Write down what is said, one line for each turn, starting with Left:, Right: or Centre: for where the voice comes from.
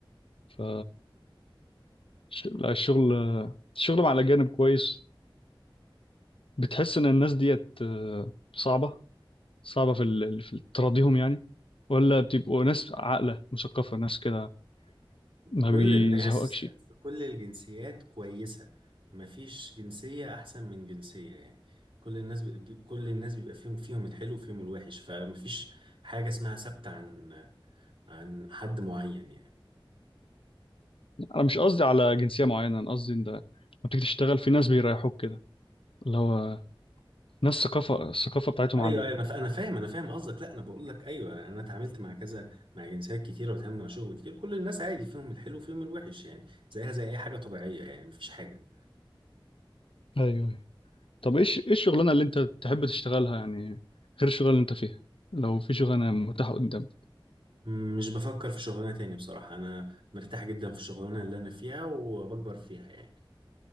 Left: ف ش- لا، الشغل الشغل مع الاجانب كويس بتحس ان الناس ديت آه، صعبة صعبة في ال... في تراضيهم يعني ولا بتبقوا ناس عاقلة مثقفة ناس كده ما
Right: كل
Left: بيزهقكش
Right: الناس في كل الجنسيات كويسة مفيش جنسية أحسن من جنسية يعني كل الناس بي... كل الناس بيبقى فيهم فيهم الحلو وفيهم الوحش فمفيش حاجة اسمها ثابتة عن عن حد معين يعني
Left: انا مش قصدي على جنسيه معينه انا قصدي ان ده لما بتيجي تشتغل في ناس بيريحوك كده اللي هو ناس ثقافه الثقافه بتاعتهم
Right: ايوه
Left: عاليه
Right: ايوه انا ف... انا فاهم انا فاهم قصدك لا انا بقول لك ايوه انا اتعاملت مع كذا مع جنسيات كتيره واتعاملت مع شغل كتير كل الناس عادي فيهم الحلو وفيهم الوحش يعني زيها زي اي حاجه طبيعيه يعني مفيش حاجه
Left: ايوه أيوة. طب ايش ايه الشغلانه اللي انت تحب تشتغلها يعني غير الشغلانه اللي انت فيها لو في شغلانه متاحه قدامك
Right: م- مش بفكر في شغلانه تاني بصراحه انا مرتاح جدا في الشغلانه اللي انا فيها وبكبر فيها يعني